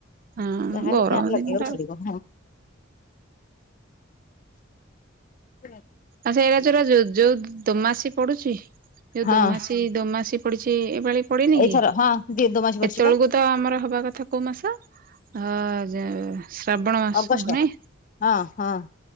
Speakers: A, on the right; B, on the left.
A: ହଁ
B: ଯାହେଲେ
A: ଗରମ
B: ଫ୍ୟାନ ଲଗେଇବାକୁ
A: ଦିନଟା
B: ପଡିବ। <unintelligible>
A: ଆଉ ସେରା ଯଉରା ଯୋଉ ଯୋଉ ଦୋମାସି ପଡୁଚି ଯୋଉ
B: ହଁ
A: ଦୋମାସି ଦୋମାସି ପଡିଛି ଏ ପାଳି ପଡିନି
B: ଏଇଥର
A: କି?
B: ହଁ। ଦି ଦୋମାସି ପଡିଛି
A: ଏତେବେଳକୁ
B: ପା
A: ତ ଆମର ହବା କଥା କୋଉ ମାସ? ଅ ଯେ ଶ୍ରାବଣ ମାସ
B: ଅଗଷ୍ଟ
A: ନାଇଁ?
B: ହଁ ହଁ।